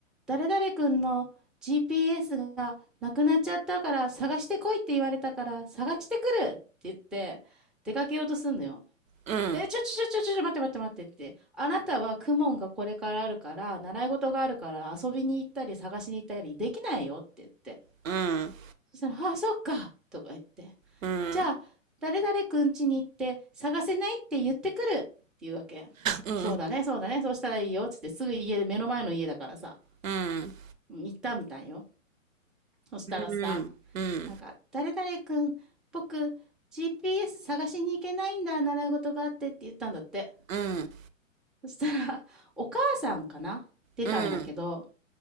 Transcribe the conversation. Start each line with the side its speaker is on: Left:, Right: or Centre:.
Centre: 誰々くんの GPS がなくなっちゃったから探してこいって言われたから探してくるって言って出かけようとすんのよ。
Right: うん、
Centre: で、ちょちょちょちょちょ待って待って待ってって。あなたはクモンがこれからあるから、習い事があるから遊びに行ったり探しに行ったりできないよって言って。
Right: うん、
Centre: そしたら、ああ、そっかとか言って。
Right: うん、うん、
Centre: じゃあ、誰々くん家に行って探せないって言ってくるっていうわけ。
Right: うん、
Centre: そうだね、そうだね、そうしたらいいよ。つってすぐ家で、目の前の家だからさ、
Right: うん、
Centre: 行ったみたいよ。そしたらさ、
Right: うん、うん、
Centre: なんか、誰々くん、僕、GPS 探しに行けないんだ、習い事があってって言ったんだって。
Right: うん、
Centre: そしたら、お母さんかな出たんだけど、
Right: うん、